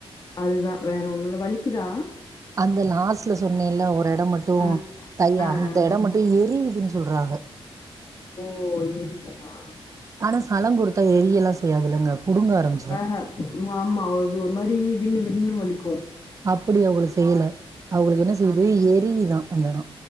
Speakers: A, on the left (about 40°); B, on the right (about 35°).
A: அதுதான் வேற ஒன்னு இல்ல வலிக்குதா
B: அந்த லாஸ்ட்ல சொன்னே இல்ல ஒரு எடொ மட் டும்
A: ஆ
B: தை
A: ஆ
B: அந்த
A: ஆ ஆ
B: இடம் மட்டும் எரியுதுன்னு சொல்றாங்க
A: ஓ ஏரியு ஆ
B: ஆனா சளம் கொடுத்தா எரிய எல்லாம் செய்யாதுல்லங்க புடுங்க ஆரம்
A: ஆஹ ஆமா ஒரு மாரி வின்னு வின்னு வலிக்கும்
B: அப்புடி அவுங்களுக் செய்யல அவுங்ளுக்கு என்ன செய்யுதா எரியுதா அந்த எடொ